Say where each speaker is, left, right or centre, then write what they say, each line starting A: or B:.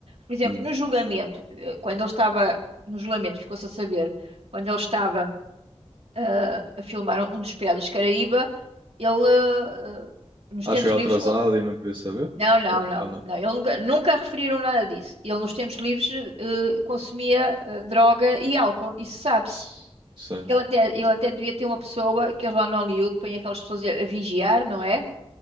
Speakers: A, on the right; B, on the right.
A: Por exemplo,
B: Hum.
A: no julgamento, eh, quando ele estava, no julgamento, ficou-se a saber, quando ele estava ah, a filmar um, um dos Piratas Caraíba, ele, ah, nos
B: Acho
A: tempos
B: que era
A: livres,
B: atrasado
A: co-
B: e não queria saber?
A: não, não, não,
B: Ah, não.
A: não, ele nunca, nunca referiram nada disso. Ele nos tempos livres eh, consumia ah, droga e álcool, isso sabe-se.
B: S- Sim.
A: Ele até, ele até devia ter uma pessoa, que eles lá no Hollywood põem aquelas pessoas a, a vigiar, não é?